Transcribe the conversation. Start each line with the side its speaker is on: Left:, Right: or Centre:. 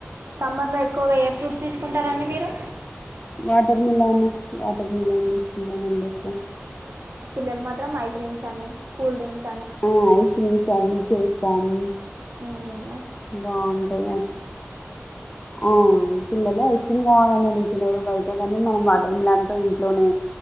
Right: సమ్మర్లో ఎక్కువగా ఏ ఫ్రూప్ట్స్ తీసుకుంటారండి మీరు
Left: వాటర్మీలోన్ అండి వాటర్మీలోన్ తీసుకుంటామండి ఎక్కువగా
Right: పిల్లలు మాత్రం ఐస్ క్రీమ్స్ అని కూల్ డ్రింక్స్ అని
Left: ఆ ఐస్ క్రీమ్స్ అవి చేస్తాము
Right: ఉమ్
Left: బాగుంటాయి ఆ పిల్లలు ఐస్ క్రీమ్ కావాలని అడుగు చిన్నోడో బయతేగాని మనం వాటర్మీలోన్ తో ఇంట్లోనే